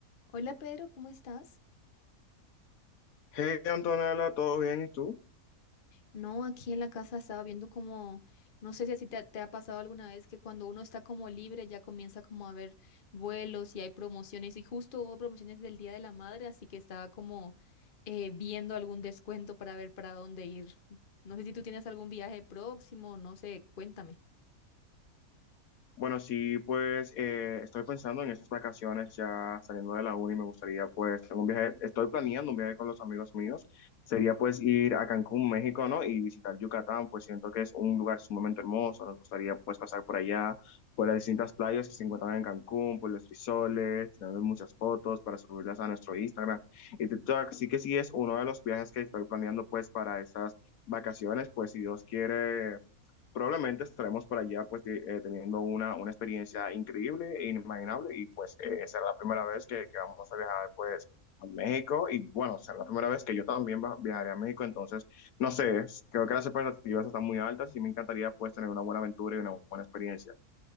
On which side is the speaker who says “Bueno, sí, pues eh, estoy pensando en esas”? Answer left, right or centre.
Left